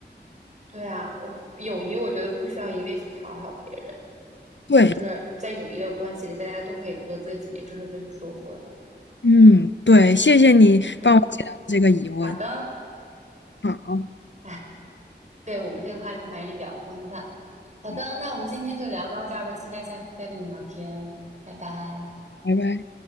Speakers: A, on the right; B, on the left.
A: 对啊，我友谊我觉得不需要一味去讨好别人，
B: 对，
A: 就是在友谊的关系里，大家都可以做自己，这是最舒服的。
B: 嗯，对，谢谢你帮我解答这个疑问。
A: 嗯，好的，
B: 好，
A: 哎，对我们这个话题反正也比较宽泛。好的，
B: 嗯，
A: 那我们今天就聊到这儿吧，期待下次再跟你聊天，拜拜。
B: 拜拜。